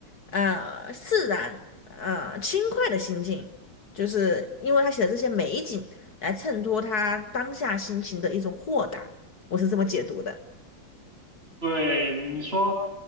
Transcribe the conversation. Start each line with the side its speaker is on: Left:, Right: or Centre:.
Left: 呃自然呃轻快的心境，就是因为他写的这些美景来衬托他当下心情的一种豁达，我是这么解读的。
Right: 对，你说